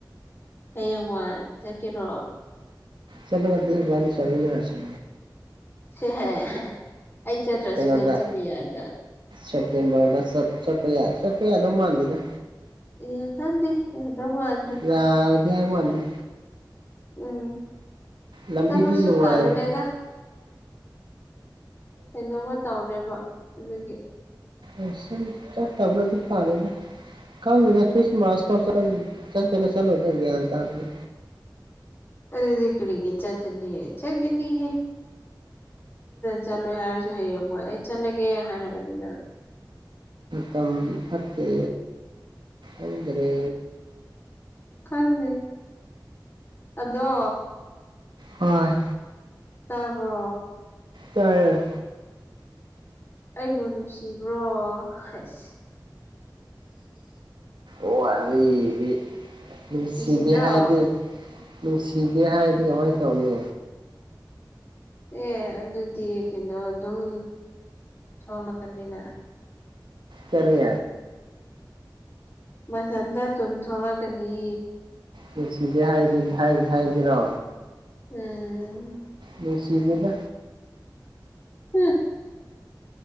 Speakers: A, on the left; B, on the right.
A: ꯍꯌꯦꯡꯋꯥꯏ ꯆꯠꯀꯦꯔꯣ
B: ꯆꯠꯂꯣꯒꯗꯤ ꯋꯥꯅꯤ ꯆꯅꯔꯁꯤꯦ
A: ꯁꯤꯍꯦ ꯑꯩ ꯆꯠꯇ꯭ꯔꯁꯨ
B: ꯀꯩꯅꯣꯗ
A: ꯅ ꯆꯠꯄ ꯌꯥꯏꯅ
B: ꯁꯦꯞꯇꯦꯝꯕꯔꯗ ꯁꯠꯇ ꯍ ꯁꯠꯇ ꯍꯗꯧ ꯃꯥꯥꯟꯗꯗ
A: ꯌꯦ ꯈꯪꯗꯤ ꯌꯥꯗꯣꯕꯗ꯭ꯔꯦ
B: ꯌꯥꯔ ꯀꯦꯕꯣꯅꯤ
A: ꯎꯝ
B: ꯂ ꯂꯝꯕꯤ
A: ꯆꯠꯄꯁꯨ
B: ꯊ ꯂꯔ
A: ꯇꯜꯂꯦꯗ ꯀꯩꯅꯣꯝꯃ ꯇꯧꯔꯦꯕ ꯑꯗꯨꯒꯤ
B: ꯑꯁ ꯆ ꯇꯕꯗꯤ ꯐꯔꯦ ꯀꯅ
A: ꯎꯝ
B: ꯃꯥ ꯐ ꯆꯁꯒ ꯆꯠꯂ ꯑꯣꯏꯗꯪꯒꯦ ꯍꯥꯏꯇꯣ
A: ꯑ ꯂꯤ ꯀꯔꯤꯒꯤ ꯆꯥꯠꯇꯅꯤ ꯆꯒꯅꯤ ꯍꯦ ꯆꯠꯂꯣꯏ ꯍꯥꯏꯔꯁꯨ ꯍꯌꯦꯡꯉꯣꯏ ꯑꯩ ꯆꯠꯂꯒꯦ ꯍꯥꯏꯔꯒꯅꯤꯗꯪ
B: ꯇꯝ ꯐꯠꯇꯦ ꯑꯗꯨꯗ꯭ꯔꯦ
A: ꯀꯥꯏ ꯑꯗꯣ
B: ꯍꯣꯏ
A: ꯇꯥꯕ꯭ꯔꯣ
B: ꯇꯌꯦ
A: ꯑꯩꯕꯨ ꯅꯨꯡꯁꯤꯕ꯭ꯔꯣ ꯍꯥꯏꯁ
B: ꯑꯣ ꯑ ꯐꯗꯤ ꯅꯨꯡꯁꯤꯗꯦ
A: ꯅꯨꯡꯁꯤꯗ꯭ꯔꯣ
B: ꯍꯥꯏꯗꯤ ꯅꯨꯡꯁꯤꯗꯦ ꯍꯥꯏꯔꯗꯤ ꯀꯃꯥꯏꯅ ꯇꯧꯅꯤ
A: ꯑꯦ ꯑꯗꯨꯗꯤ ꯀꯩꯅꯣ ꯑꯗꯨꯝ ꯊꯣꯂꯛꯀꯅꯤꯅ
B: ꯀꯔꯤ
A: ꯃꯊꯟꯇ ꯑꯗꯨꯝ ꯊꯣꯛꯂꯛꯒꯅꯤ
B: ꯅꯨꯁꯤꯕꯤ ꯍꯥꯏꯔꯗꯤ ꯍꯥꯏꯗꯤ ꯍꯥꯏꯒꯦꯔꯣ
A: ꯎꯝ
B: ꯅꯨꯡꯁꯤꯗꯦꯗ
A: ꯍꯨꯝ